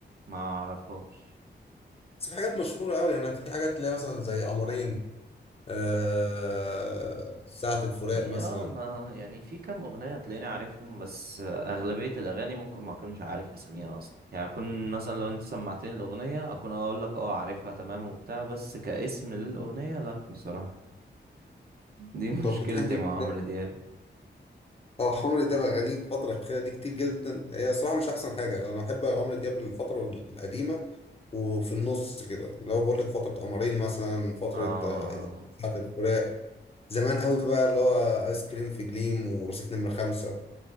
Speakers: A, on the right; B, on the left.
A: ما اعرفهاش
B: بس في حاجات مشهوره قوي يعني في حاجات تلاقي مثلا زي قمرين آه ساعة الفراق
A: في
B: مثلا
A: اه ما يعني في كام اغنيه تلاقيني عارفهم بس اغلبيه الاغاني ممكن ما اكونش عارف اساميها اصلا يعني اكون مثلا لو انت سمعتني الاغنيه اكون اقول لك اه عارفها تمام وبتاع بس كاسم للاغنيه لا بصراحه دي <laughs> مشكلتي
B: طب بتحبي
A: مع عمرو دياب
B: اه عمرو دياب اغانيه الفتره الاخيره دي كتير جدا هي صراحه مش احسن حاجه انا بحب عمرو دياب الفتره القديمه وفي النص كده اللي هو بقول لك فتره قمرين مثلا فتره
A: اه
B: آه، ساعه الفراق زمان قوي بقى اللي هو ايس كريم في جليم ورصيف نمره خمسة